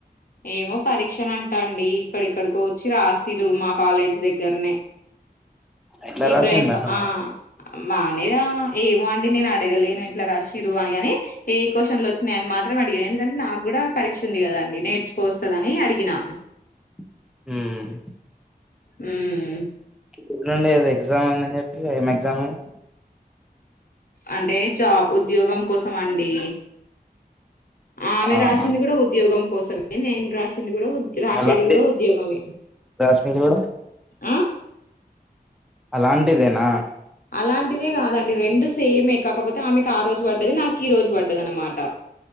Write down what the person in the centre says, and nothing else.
ఎట్లా
రాసిందట
మరి
<unintelligible> మ్మ్
ఎల్లుండి ఏది ఎగ్జామ్ ఉందని చెప్పిరు ఏం ఎగ్జామ్ అది
ఆహా
అలాంటి
రాసేది కూడా
అలాంటిదేనా